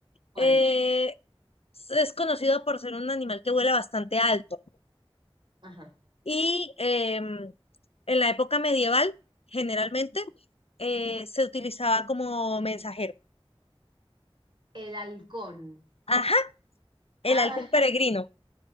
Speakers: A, on the right; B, on the left.
A: Bueno,
B: Eh, es conocido por ser un animal que vuela bastante alto.
A: ajá.
B: Y em, en la época medieval, generalmente, eh, se utilizaba como mensajero.
A: El halcón.
B: Ajá, el
A: Ah,
B: halcón peregrino.